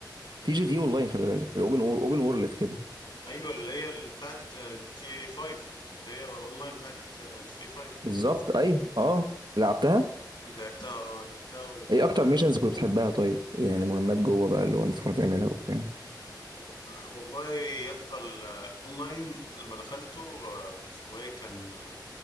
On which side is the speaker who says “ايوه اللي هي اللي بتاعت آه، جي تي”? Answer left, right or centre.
Left